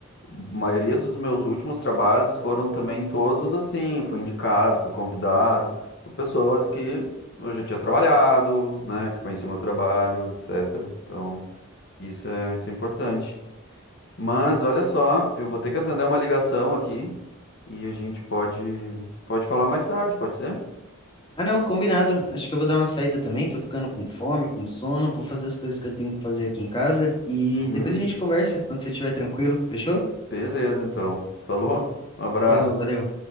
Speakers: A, on the left; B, on the left.
A: a maioria dos meus últimos trabalhos foram também todos assim, fui indicado, fui convidado por pessoas que eu já tinha trabalhado, né, que conheciam meu trabalho, etc. Então, isso é, isso é importante. Mas olha só, eu vou ter que atender uma ligação aqui e a gente pode pode falar mais tarde, pode ser?
B: Ah, não, combinado. Acho que eu vou dar uma saída também. Tô ficando com fome, com sono. Vou fazer as coisas que eu tenho que fazer aqui em casa. E
A: Uhum.
B: depois a gente conversa quando você estiver tranquilo. Fechou?
A: Beleza, então. Falou? Um abraço.
B: Falou, valeu.